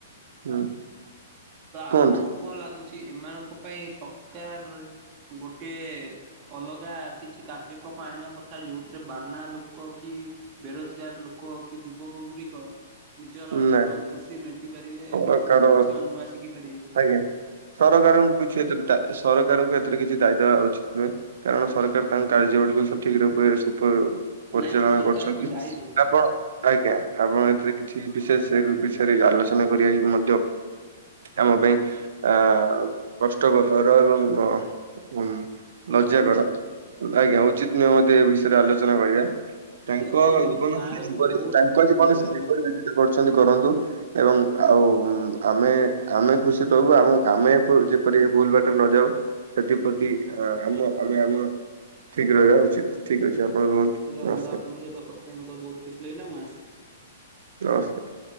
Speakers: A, on the right; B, on the right.
A: ହୁଁ।
B: ତ ଆପଣଙ୍କୁ
A: କୁହନ୍ତୁ
B: କଣ ଲାଗୁଛି ଏମାନଙ୍କ ପାଇଁ ସକାର ଗୋଟିଏ ଅଲଗା କିଛି କାର୍ଯ୍ୟକ୍ରମ ଆଣିବା କଥା ଯୋଉଥିରେ ବାନା ଲୋକ କି ବେରୋଜଗାର ଲୋକ କି ଯୁବକ ଗୁଡିକ। ନିଜର ପେଟ
A: ନାଇଁ
B: ପୋଷି ମେଣ୍ଟି ପାରିବେ ଏବଂ
A: ପ୍ରକାର
B: କିଛି କ ନୂଆ ଶିଖି ପାରିବେ।
A: ଆଜ୍ଞା ସରକାରଙ୍କୁ କିଛି ଏ ସରକାରଙ୍କୁ ଏଥିର କିଛି ଦାୟିତ ଦବା ଉଚିତ ନୁହେଁ। କାରଣ ସରକାର ତାଙ୍କ କାର୍ଯ୍ୟ ଗୁଡକୁ ସଠିକ ରୂପେ ସୁପ ପରିଚାଳନା
B: ନାଇଁ ମୁଁ ସରକାରକୁ
A: କରୁଛନ୍ତି
B: ଦାୟୀ ଦଉନି
A: ଆପଣ ଆଜ୍ଞା ଆପଣ ଏଥିରେ ଠିକ୍ ବିଶେଷ ବିଷୟରେ ଆଲୋଚନା କରିବାଇ ମଧ୍ୟ ଆମ ପାଇଁ ଆ କଷ୍ଟକର ଏବଂ ଉ
B: ଉଚିତ
A: ଲଜ୍ଜା
B: ନୁହେଁ
A: କର ଆଜ୍ଞା ଉଚିତ ନୁହେଁ ମତ ଏ ବିଷୟରେ ଆଲୋଚନା କରିବା। ତାଙ୍କ
B: ଆଜ୍ଞା ତ ଏମିତି
A: ଜୀବନ
B: ଗାଁ ରେ ବି ବହୁତ
A: ତାଙ୍କ ଜୀବନ ସେପରି
B: ଲୋକ
A: କରିଛନ୍ତି କରନ୍ତୁ ଏବଂ ଆଉ ଆମେ ଆମେ ଖୁସି ରହିବୁ ଆ ଆମେ ଯେପରି ଭୁଲ ବାଟରେ ନଯାଉ ସେଥିପ୍ରତି ଆମ ଆମେ ଆମ ଠିକ ରହିବା ଉଚିତ ଠିକ ଅଛି ଆପଣ ରୁହନ୍ତୁ।
B: ଆଜ୍ଞା
A: ନମସ୍କାର
B: ବନ୍ଧ ଆପଙ୍କ ସହିତ କଥା ହେଇ ମତ ବହୁ ଖୁସି ଲାଗିଲା ମୁଁ ଆସିଛି
A: ନମସ୍କାର